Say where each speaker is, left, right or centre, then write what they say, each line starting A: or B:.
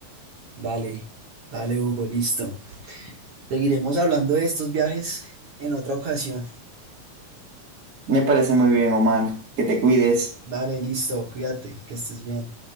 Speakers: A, on the right; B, on the right.
A: Dale, dale, Hugo, listo. Seguiremos hablando de estos viajes en otra ocasión.
B: Me parece muy bien, Omar, que te cuides.
A: Dale, listo, cuídate, que estés bien.